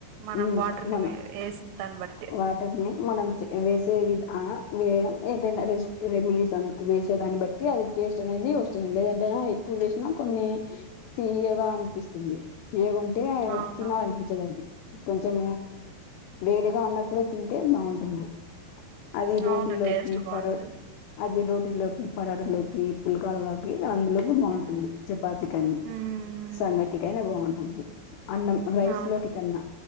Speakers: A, on the right; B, on the left.
A: మనం
B: హ్
A: వాటర్ ని
B: మన
A: వేసిన దాన్ని బట్టి
B: వాటర్ని మనం వే వేసే ఆ వే ఏంట ర రెమిడీస్ అ వేసే దాన్ని బట్టి అది టేస్ట్ అనేది వస్తుంది లేదంటేనా ఎక్కువ వేసినా కొన్ని తీయగా అనిపిస్తుంది తీయగుంటే
A: అవునవును
B: తినాలనిపించింది అది కొంచెం వేడిగా ఉన్నప్పుడు తింటే బాగుంటుంది అది రోటీ
A: అవును
B: లోకి
A: టేస్ట్ బాగుంటది
B: పరో అది రోట్ టీలోకి పరాటలోకి పులకాలోకి అందులోకి బాగుంటుంది చపాతికానీ
A: ఉమ్, ఉమ్,
B: సంగటికి అయినా బాగుంటుంది <unintelligible> అన్నం రైస్
A: అవును
B: లోకి కన్నా